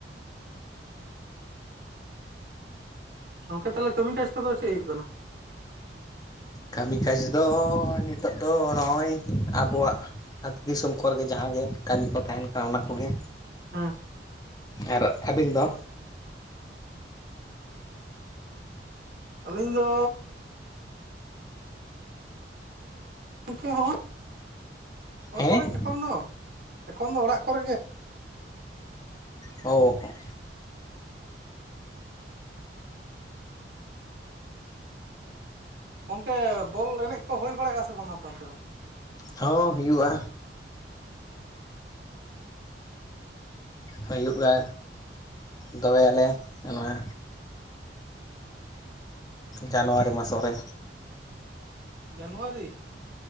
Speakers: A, on the right (about 60°); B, on the left (about 20°).
A: ᱜᱚᱝᱠᱮ ᱛᱟᱦᱚᱞᱮ ᱠᱟᱹᱢᱤ ᱠᱟᱡ ᱠᱚᱫᱚ ᱪᱮᱫ ᱦᱩᱭᱩᱜ ᱠᱟᱱᱟ?
B: ᱠᱟᱹᱢᱤ ᱠᱟᱡᱽ ᱫᱚ ᱱᱤᱛᱚᱜ ᱫᱚ ᱱᱚᱜᱼᱚᱭ ᱟᱵᱚᱣᱟᱜ ᱟᱹᱛᱩ ᱫᱤᱥᱚᱢ ᱠᱚᱨᱮᱜᱮ ᱡᱟᱦᱟᱸᱜᱮ ᱠᱟᱹᱢᱤ ᱠᱚ ᱛᱟᱦᱮᱱ ᱠᱟᱱᱟ ᱚᱱᱟ ᱠᱚᱜᱮ
A: ᱦᱮᱸ
B: ᱟᱨ ᱟᱹᱵᱤᱱ ᱫᱚ
A: ᱟᱹᱞᱤᱧ ᱫᱚ ᱜᱚᱢᱠᱮ ᱦᱚᱸ ᱚᱲᱟᱜ
B: ᱦᱮᱸ
A: ᱠᱚᱨᱮ ᱮᱠᱷᱚᱱ ᱫᱚ ᱮᱠᱷᱚᱱ ᱫᱚ ᱚᱲᱟᱜ ᱠᱚᱨᱮ ᱜᱮ
B: ᱚ ᱦᱚᱸ
A: ᱜᱚᱝᱠᱮ ᱵᱚᱞ ᱮᱱᱮᱡ ᱠᱚ ᱦᱩᱭ ᱵᱟᱲᱟᱭᱟᱜᱼᱟ ᱥᱮ ᱵᱟᱝ ᱟᱯᱮ ᱚᱱᱛᱮ ᱫᱚ
B: ᱦᱚᱸ ᱦᱩᱭᱩᱜᱼᱟ ᱦᱩᱭᱩᱜᱼᱟ ᱫᱚᱦᱚᱭᱟᱞᱮ ᱱᱚᱣᱟ ᱡᱟᱱᱩᱣᱟᱨᱤ ᱢᱟᱥᱚ ᱨᱮ
A: ᱡᱟᱱᱩᱣᱟᱨᱤ